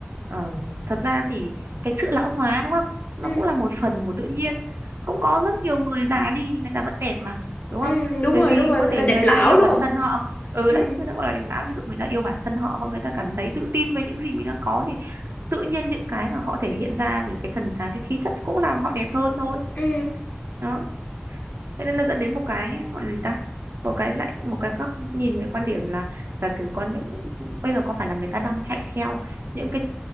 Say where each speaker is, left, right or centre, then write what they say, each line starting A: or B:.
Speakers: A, on the right; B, on the left.
A: ờ, thật ra thì cái sự lão hóa đúng không nó
B: ừ,
A: cũng là một phần của tự nhiên cũng có rất nhiều người già đi nhưng người ta vẫn đẹp mà đúng
B: ừ,
A: không
B: đúng
A: bởi
B: rồi
A: vì
B: đúng rồi
A: có
B: người
A: thể
B: ta
A: người
B: đẹp lão
A: ta yêu
B: đúng
A: bản
B: không
A: thân họ ừ
B: ừ,
A: đấy người ta gọi là điểm lão ví dụ người ta yêu bản thân họ và người ta cảm thấy tự tin với những gì mình đang có thì tự nhiên những cái mà họ thể hiện ra rồi cái thần thái cái khí chất cũng làm họ đẹp hơn thôi
B: ừ.
A: đó thế nên nó dẫn đến một cái gọi là gì ta một cái lại một cái góc nhìn về quan điểm là giả sử con những bây giờ có phải là người ta đang chạy theo những cái